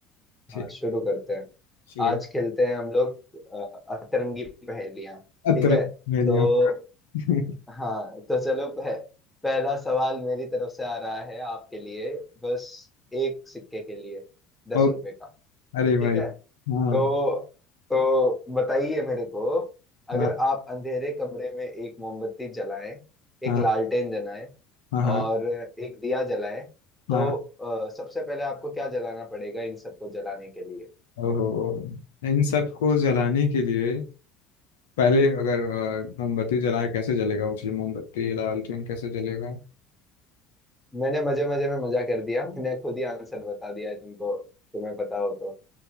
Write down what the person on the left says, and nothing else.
ठीक
शुरू
अतरे
मेलियो
<laughs>
ओ
अरे भाई
हाँ
हाँ
हाँ
हाँ हाँ
हाँ,
ओहो इन सब को जलाने के लिए पहले अगर अ, मोमबत्ती जलाए कैसे जलेगा वो चीज मोमबत्ती लालटेन कैसे जलेगा